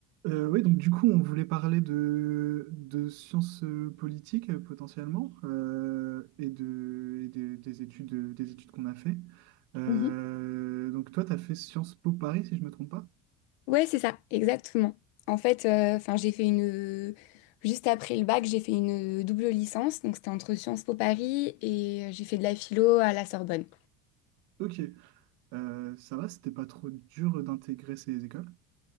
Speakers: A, on the right; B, on the left.
A: Euh, oui, donc du coup, on voulait parler de, de sciences euh, politiques euh, potentiellement euh, et, de, et de- des études, euh, des études qu'on a fait. Euh,
B: Mhm.
A: donc toi, tu as fait Sciences Po Paris, si je me trompe pas.
B: Ouais, c'est ça, exactement. En fait, euh, enfin, j'ai fait une euh, juste après le bac, j'ai fait une euh, double licence, donc c'était entre Sciences Po Paris et euh, j'ai fait de la philo à la Sorbonne.
A: Ok, Euh, ça va, c'était pas trop dur d'intégrer ces écoles.